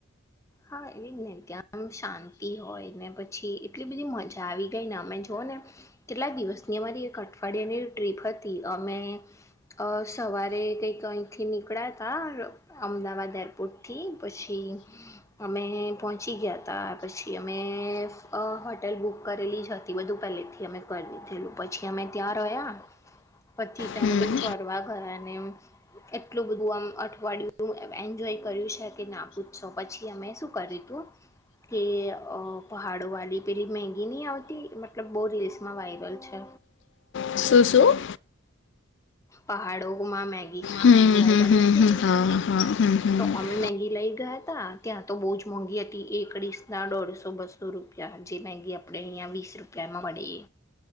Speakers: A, on the left; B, on the left.
A: હા એજને કે ત્યાં દમ શાંતિ હોય ને પ છી એટલી બધી મજા આવી ગઈ ને અમે જોઓ ને કેટલા દિવસની અમારી એક અઠવાડિયાની ટ્રીપ હતી અમે અ સવારે કઈક અહીથી નીકળ્યા તા અમદાવાદ એરપોર્ટ થી પછી અમે પહોંચી ગયા તા પછી અમે અ હોટલ બુક કરેલી જ હતી બધું પહેલેથી અમે કરી દીધેલું પછી અમે ત્યાં રહ્યા પછી ત્યાં
B: હમ
A: બધું ફરવા ગયા અને એટલું બધું આમ અઠવાડિયું એન્જોય કર્યું છે કે ના પૂછશો પછી અમે શું કર્યું હતું કે અ પહાડો વાળી પેલી મેગી નહી આવતી મતલબ બહુ રીલ્સમાં વાયરલ છે.
B: સું શું.
A: પહાડોમાં મેગી ખાવાનું
B: હમ
A: વાયરલ
B: હમ હમ
A: નથી
B: હમ
A: રીલ્સમાં
B: હા હા હમ હમ
A: તો અમે મેગી લઈ ગયા હતા ત્યાં તો બહુ જ મોંઘી હતી એક ડીસના દોઢસો બસો રૂપિયા જે મેગી આપણે અહિયા વીસ રૂપિયામાં મળે.